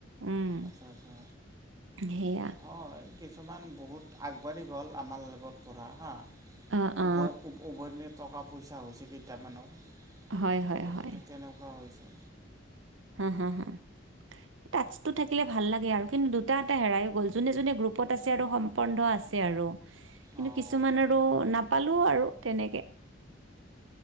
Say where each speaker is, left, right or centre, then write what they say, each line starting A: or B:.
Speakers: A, on the right; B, on the right.
A: উম,
B: আচ্ছা আচ্ছা
A: সেয়া।
B: হয় কিছুমান বহুত আগবাঢ়ি গ'ল আমাৰ লগত পঢ়া হা
A: অ অ
B: উভয় নদি টকা পইচা হৈছে কেইটামানৰ
A: হয় হয়
B: ত'
A: হয়
B: তেনেকুৱা হৈছে।
A: হম, হম, হম। টাচকটো থাকিলে ভাল লাগে আৰু কিন্তু দুটা এটা হেৰাই গ'ল যোনে যোনে গ্ৰুপত আছে আৰু সমন্ধ আছে আৰু কিন্তু
B: অঁ
A: কিছুমান আৰু নাপালো আৰু তেনেকে